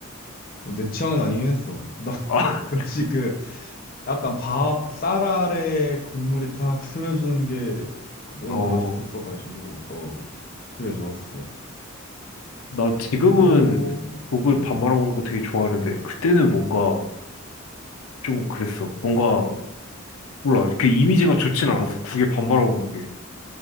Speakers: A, on the left; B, on the left.
A: 어, 내 취향은 아니긴 했어. 나, <laughs>
B: 아, <laughs>
A: 역시 그, 약간 밥, 쌀 아래 국물이 탁 스며주는 게 너무
B: 어.
A: 맛있었어가지고, 어, 그게 좋았어.
B: 나 지금은
A: 그리고,
B: 국을
A: 음,
B: 밥 말아 먹는 거 되게 좋아하는데, 그때는 뭔가 좀 그랬어. 뭔가 몰라. 그 이미지가 좋진 않았어. 국에 반발하고 오는 게.